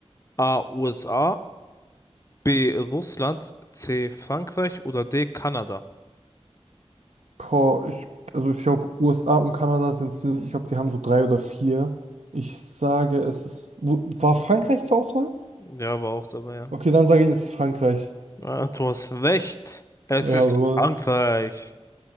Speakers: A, on the left; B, on the right.
A: A. USA, B. Russland, C. Frankreich oder D. Kanada?
B: Boah, ich, also ich glaube, USA und Kanada sind es nicht. Ich glaube, die haben so drei oder vier. Ich sage, es ist. Wo, war Frankreich zur Auswahl?
A: Ja, war auch dabei, ja.
B: Okay, dann sage ich, es ist Frankreich.
A: Ah, du hast recht. Es
B: Jawohl.
A: ist Frankreich.